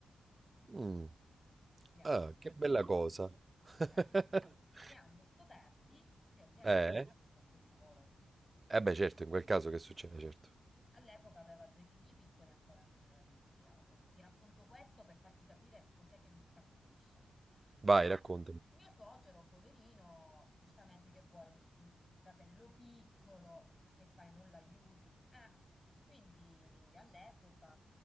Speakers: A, on the right; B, on the left.
A: Mm,
B: li hanno
A: ah,
B: scoperti,
A: che bella cosa. <laughs>
B: eh, li hanno scoperti e ovviamente
A: Eh?
B: ha perso il posto di lavoro.
A: Eh beh, certo, in quel caso che succede, certo.
B: All'epoca aveva due figli piccoli e ancora non era divorziato. Ti racconto questo per farti capire cos'è che mi infastidisce.
A: Vai,
B: Eh,
A: raccontami.
B: mio suocero, poverino, giustamente che vuoi il il fratello piccolo, che fai, non l'aiuti? Eh, quindi all'epoca